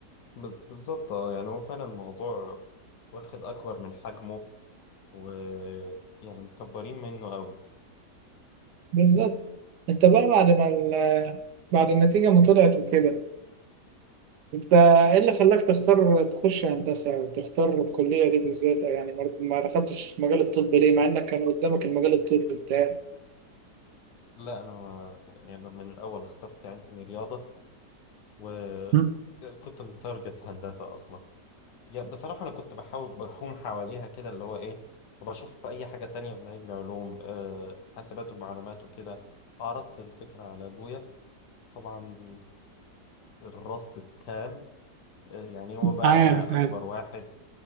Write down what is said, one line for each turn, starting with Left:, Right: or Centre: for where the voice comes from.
Left: بز- بالظبط آه يعني هو فعلا الموضوع واخد أكبر من حجمه ويعني مكبرين منه قوي
Right: بالظبط انت بقى بعد ما ال- بعد النتيجة ما طلعت وكده انت ايه اللي خلاك تختار تخش هندسة او تختار الكلية دي بالذات او يعني ما ما دخلتش مجال الطب ليه مع انك كان قدامك المجال الطبي بتاعك
Left: لا أنا ما يعني أنا من الأول اخترت علمي رياضة و
Right: <laughs>
Left: يعني كنت متارجت هندسة أصلا يعني بصراحة أنا كنت بحاول بحوم حواليها كده اللي هو إيه وبشوف أي حاجة تانية من علم علوم آه، حاسبات ومعلومات وكده عرضت الفكرة على أبويا طبعا الرفض التام آه، يعني هو بقى
Right: عارف
Left: أنا
Right: عارف
Left: أكبر واحد